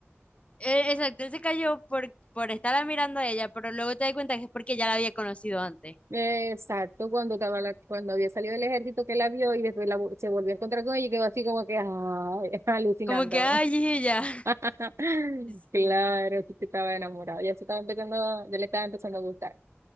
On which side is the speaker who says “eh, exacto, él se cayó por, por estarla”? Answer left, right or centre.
Left